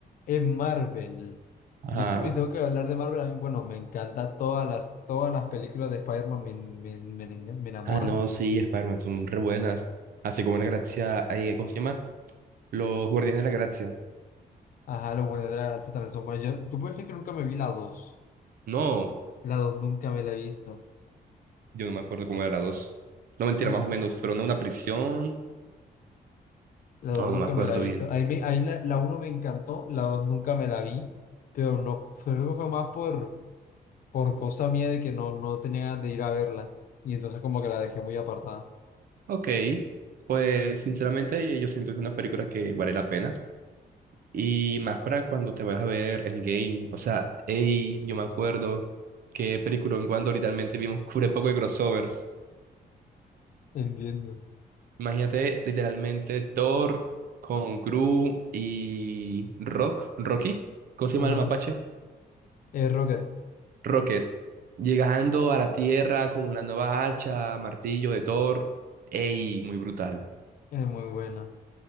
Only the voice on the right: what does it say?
Ajá.
Ah, no, sí, Spider-Man son re buenas, así como la galaxia, eh, ¿cómo se llama? Los Guardianes de la Galaxia.
No.
Yo no me acuerdo cómo era la dos. No, mentira,
más o menos. Fueron a una prisión.
No,
no me acuerdo
bien.
Ok. Pues, sinceramente, yo siento que es una película que vale la pena. Y más para cuando te vayas a ver Endgame. O sea, hey, yo me acuerdo que película en cuando literalmente vimos <laughs> un poco de crossovers.
Imagínate, literalmente, Thor con Gru y Rock, Rocky. ¿Cómo se
llama el mapache?
Rocket llegando a la Tierra con una nueva hacha, martillo de Thor. Ey, muy brutal.